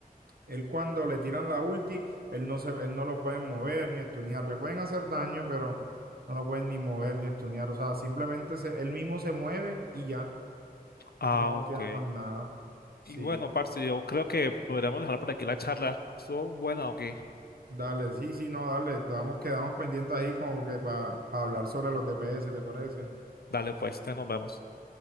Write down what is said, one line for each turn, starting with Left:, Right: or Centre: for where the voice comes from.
Right: Él cuando le tiran la ulti, él no se, él no lo pueden mover ni estunear. Le pueden hacer daño, pero no lo pueden ni mover ni estunear. O sea, simplemente se, él mismo se mueve y ya.
Left: Ah,
Right: No
Left: ok.
Right: queda más nada. Sí,
Left: Y bueno, parce, yo creo que podríamos dejar por aquí la charla. ¿Estuvo buena o qué?
Right: dale, sí, sí, no, dale. Estamos, quedamos pendientes ahí como que para hablar sobre los DPS, ¿te parece?
Left: Dale, pues, te nos vemos.